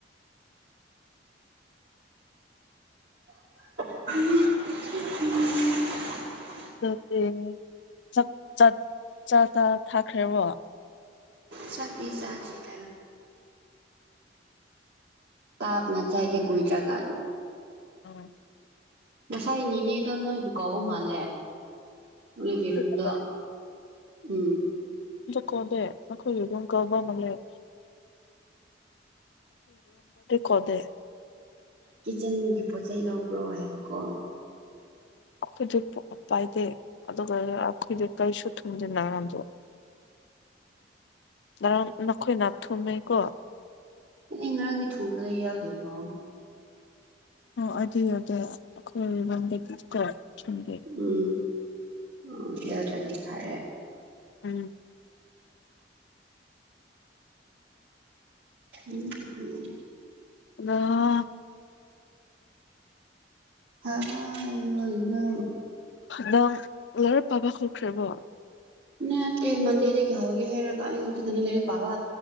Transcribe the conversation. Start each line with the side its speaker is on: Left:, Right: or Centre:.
Right: ꯎꯝ ꯎꯝ
Left: ꯑꯗꯨꯗꯤ ꯆ ꯆꯠ ꯆꯥ ꯆꯥ ꯊꯥꯈ꯭ꯔꯦꯕ
Right: ꯆꯇꯤ ꯆꯥꯖꯤꯗ ꯇꯞꯅ ꯆꯥꯏꯀꯦ ꯀꯨꯏꯔꯒꯥꯟ
Left: ꯑ
Right: ꯉꯁꯥꯏ ꯏꯅꯦꯗ ꯅꯣꯏ ꯨꯀꯧꯕ ꯃꯥꯜꯂꯦ ꯂꯩꯔꯗꯣ
Left: ꯑꯩꯈꯣꯏꯗꯔꯣ
Right: ꯎꯝ
Left: ꯀꯣꯟꯗꯦ ꯅꯈꯣꯏꯒꯤ ꯑꯗꯨꯝ ꯀꯧꯕꯕ ꯑꯃ ꯂꯩ ꯀꯧꯗꯦ
Right: ꯀꯤꯆꯟꯒꯤ ꯄꯣꯠ ꯆꯩꯩ ꯂꯧꯕ ꯂꯣ ꯍꯥꯏꯕꯀꯣ
Left: ꯑꯩꯈꯣꯏꯗꯤ ꯄꯥꯏꯗꯦ ꯑꯗꯨꯒ ꯑꯩꯈꯣꯏꯗꯤ ꯀꯔꯤꯁꯨ ꯊꯨꯝꯗꯦ ꯅꯔꯥꯡꯗꯣ
Right: <inaudible>
Left: ꯉꯔꯥꯡ ꯅꯈꯣꯏ ꯅꯥꯊꯨꯝꯃꯦꯀꯣ
Right: ꯑ ꯉꯔꯥꯡꯗꯤ ꯊꯨꯕꯗ ꯌꯥꯎꯗꯦꯕꯣ
Left: ꯑꯣ ꯑꯗꯨ ꯑꯗꯨꯗ ꯑꯩꯈꯣꯏꯗꯤ ꯀꯣ ꯆꯨꯝꯗꯦ
Right: ꯎꯝ ꯑꯣ ꯌꯥꯎꯗ꯭ꯔꯖꯤ ꯈꯔꯦ
Left: ꯎꯝ
Right: ꯎ ꯎꯝ
Left: ꯅꯪ
Right: ꯍꯥꯏ ꯋꯥꯅ
Left: ꯅꯪ ꯂꯥꯢꯔꯤꯛ ꯄꯥꯕ ꯍꯧꯈ꯭ꯔꯕꯣ
Right: ꯅꯠꯇꯦ ꯃꯟꯗꯦꯗꯒꯤ ꯍꯧꯒꯦ ꯍꯥꯏꯔꯒ ꯑꯩ ꯍꯧꯖꯤꯛꯀꯥꯟ ꯂꯥꯏꯔꯤꯛ ꯄꯥꯕ